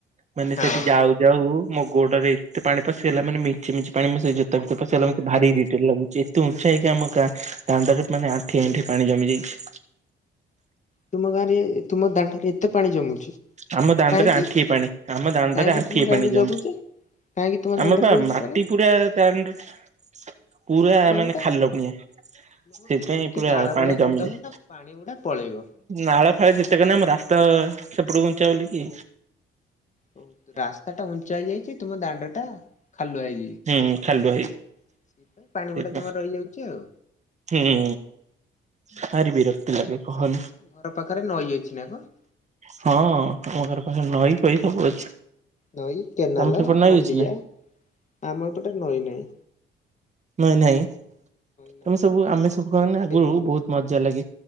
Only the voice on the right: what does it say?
ମାନେ
ସେଠି ଯାଉାଉ। ଗୋଡରେ ଏତେ ପାଣି ପଶେଇଗଲା ମାନେ ମିଚି ମିି ପାଣିପଶି ଯୋ ଭିତଟା ପସିଗଲା ମୋତେ ଭାରି ଇରିଟେଟ ଲାଗୁଚି। ଆମ ଗାଁ ଦାଣ୍ଡ ମାନେ ଆଣ୍ଠି ଆଣ୍ଠି ପାଣି ଜମି ଯାଇଛି।
ଆମ ଦାଣ୍ଡରେ
ଆଣ୍ଠି ପାଣି ଆମ ଦାଣ୍ଡରେ
ଆଣ୍ଠି
ପାଣି ଜମି।
ଆମର ବା
ମାଟି
ପୁରା ଦଣ୍ଡଟା। ପୁରା
ମାନେ
ଖାଲ ପଣି।
ସେଥିପାଇଁ
ପୁରା
ପାଣି
ଜମି ଯାଏ
ନାଳ ଫାଳ ଯେତେ କ ଆମ ରାସ୍ତା। ହ ସେପଟ ଘଞ୍ଚ ବା ବଲିକି।
ହୁଁ ଖାଲୁଆ
ସେଇଥିପାଇଁ
ହୁଁ ଭାରି ବିରକ୍ତି ଲାଗେ କହନି
ହଁ ଆମ ଘର ପାଖରେ ନଈ ପହି ସବୁ ଅଛି।
ତମ ସେପଟେ ନଈ
ଅଛି ନା?
ନାଇଁ ନାଇଁ
ତମେ ସବୁ ଆମେ ସବୁାନେ ଆଗରୁ
ବହୁତ ମଜା ଲାଗେ।